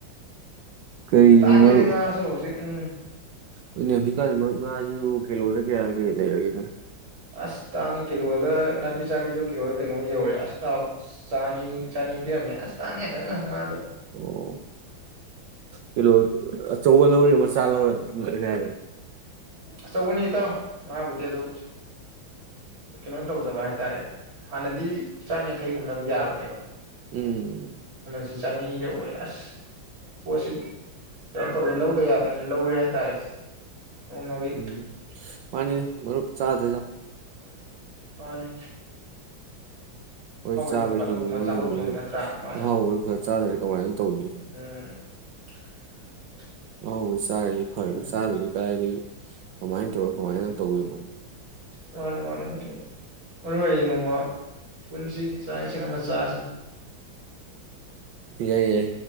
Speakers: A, on the right; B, on the right.
A: ꯀꯔꯤꯅꯣ
B: ꯇꯥꯡꯉꯦ
A: ꯃꯔꯨꯞ
B: ꯅꯤꯡꯉꯁꯨ ꯍꯧꯖꯤꯛ ꯎꯝ
A: ꯑꯗꯨꯅꯦ ꯍꯧꯖꯤꯛꯀꯥꯟ ꯃꯔꯨꯞ ꯉꯥꯁꯤ ꯀꯤꯂꯣꯗ ꯀꯌꯥ ꯀꯌꯥ ꯂꯩꯔꯒꯅꯦ
B: ꯑꯁ ꯇꯥꯡꯉ ꯀꯂꯣꯗ ꯅꯕꯤ ꯆꯕꯤꯗ ꯀꯣ ꯀꯩꯅꯅꯣ ꯌꯖꯧꯦ ꯑꯁ ꯑ ꯆꯥꯅꯤ ꯆꯥꯅꯤ ꯄꯤꯔꯝꯃꯦ ꯑꯁ ꯇꯥꯡꯉꯦ ꯐꯖꯅ ꯑꯗꯣ
A: ꯑꯣ ꯀꯤꯂꯣ ꯑꯆꯧꯕ ꯂꯧꯔ ꯃꯆꯥ ꯂꯧꯔ ꯔꯅꯤ
B: ꯑꯆ ꯑꯆꯧꯕꯅꯤ ꯏꯇꯥꯎ ꯉꯥꯕꯨꯗꯤ ꯑꯗꯨ ꯀꯩꯅꯣ ꯇꯧꯗꯕ ꯍꯥꯏꯇꯥꯔꯦ ꯍꯥꯟꯅꯗꯤ ꯆꯥꯝꯌꯥꯡꯈꯩ ꯒꯨꯝꯕꯅ ꯑꯝ ꯌꯥꯕꯅꯦꯕ
A: ꯎꯝ
B: ꯁꯤ ꯆꯅꯤ ꯌꯧꯔꯦ ꯑꯁ ꯄꯣꯠꯁꯤ ꯀꯩꯅꯣ ꯇꯧꯔꯦ ꯂꯧꯗ ꯌꯥꯗꯅ ꯂꯧꯔꯦ ꯍꯥꯏꯇꯥꯔꯦ ꯅꯣꯡꯃꯒꯤ
A: ꯎꯝ ꯃꯥꯟꯅꯤ ꯃꯔꯨꯞ ꯆꯗ
B: ꯃꯥꯟꯅꯦ
A: ꯍꯣꯏ ꯆꯥꯕ
B: ꯅꯣꯡ ꯐꯥꯗꯣꯛꯀꯨꯝꯕ
A: ꯍꯤꯡꯕ
B: ꯆꯥꯊꯣꯛꯇꯣꯏꯅꯤ
A: ꯉꯝꯃꯤꯅ
B: ꯅꯠꯇ꯭ꯔꯥ ꯃꯥꯅ
A: ꯑꯍꯥꯎꯕ ꯈꯔ ꯆꯥꯗꯔ꯭ꯗꯤ ꯀꯃꯥꯏꯅ ꯇꯧꯅꯤ
B: ꯎꯝ <inaudible>
A: ꯑꯣ ꯆꯥꯏꯌꯦ ꯐꯔꯦ
B: ꯎꯝ
A: ꯆꯥꯗꯔ꯭ꯗꯤ ꯀꯥꯔꯥꯏꯗꯒꯤ ꯀꯃꯥꯏꯅ ꯇꯧꯔꯣ ꯀꯃꯥꯏꯅ ꯇꯧꯗꯣꯏꯅꯣ
B: ꯃꯥꯟꯅꯦ ꯃꯥꯟꯅꯦ ꯑꯗꯨ ꯃꯔꯨ ꯑꯣꯏꯔꯤꯗꯤ ꯅꯣꯡꯃ ꯄꯨꯟꯁꯤ ꯆꯥꯛ ꯏꯁꯤꯡ ꯑꯃ ꯆꯥꯁꯦ
A: ꯌꯥꯏ ꯌꯥꯏꯑꯦ